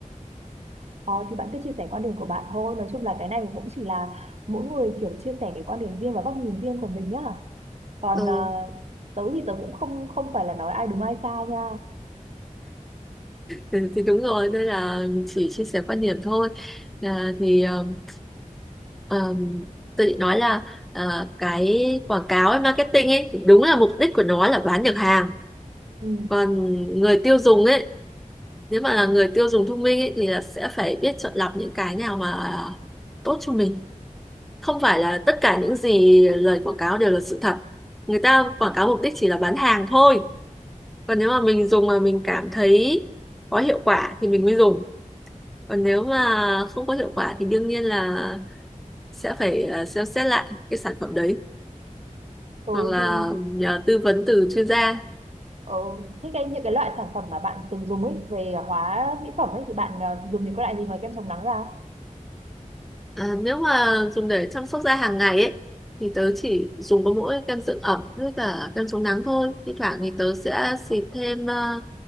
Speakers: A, on the right; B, in the centre.
A: ờ, thì bạn cứ chia sẻ quan điểm của bạn thôi nói chung là cái này cũng chỉ là mỗi người kiểu chia sẻ cái quan điểm riêng và góc nhìn riêng của mình nhá còn
B: Ừ.
A: ờ, tớ thì tớ cũng không không phải là nói ai đúng ai sai nha
B: Ừ, thì đúng rồi đây là chỉ chia sẻ quan điểm thôi à, thì um, um, tôi định nói là à, cái quảng cáo ấy, marketing ấy đúng là mục đích của nó là bán được hàng
A: ừ.
B: còn người tiêu dùng ấy nếu mà là người tiêu dùng thông minh ấy thì là sẽ phải biết chọn lọc những cái nào mà tốt cho mình không phải là tất cả những gì lời quảng cáo đều là sự thật người ta quảng cáo mục đích chỉ là bán hàng thôi còn nếu mà mình dùng mà mình cảm thấy có hiệu quả thì mình mới dùng còn nếu mà không có hiệu quả thì đương nhiên là sẽ phải ờ, xem xét lại cái sản phẩm đấy
A: tớ
B: hoặc là
A: thì
B: nhờ tư vấn từ chuyên gia
A: ờ, thế cái những cái loại sản phẩm mà bạn từng dùng ấy về hóa mỹ phẩm ấy thì bạn ờ, dùng những cái loại gì ngoài kem chống nắng ra
B: à, nếu mà dùng để chăm sóc da hàng ngày ấy thì tớ chỉ dùng có mỗi kem dưỡng ẩm với cả kem chống nắng thôi thi thoảng thì tớ sẽ xịt thêm ờ,